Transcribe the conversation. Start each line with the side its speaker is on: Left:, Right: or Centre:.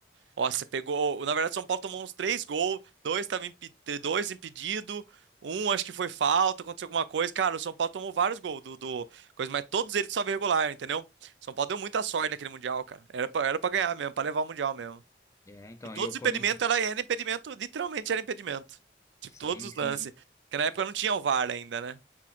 Right: Ó, você pegou. Na verdade, o São Paulo tomou uns três gols, dois estavam impe... dois impedido, um acho que foi falta, aconteceu alguma coisa. Cara, o São Paulo tomou vários gols do, do coisa, mas todos eles só regular, entendeu? São Paulo deu muita sorte naquele Mundial, cara. Era pra, era pra ganhar mesmo, pra levar o Mundial mesmo.
Left: É, então,
Right: E todos
Left: e o
Right: os impedimentos
Left: Corinthians,
Right: era, era impedimento, literalmente era impedimento. Tipo,
Left: sim,
Right: todos os
Left: sim,
Right: lances. Porque na época não tinha o VAR ainda, né?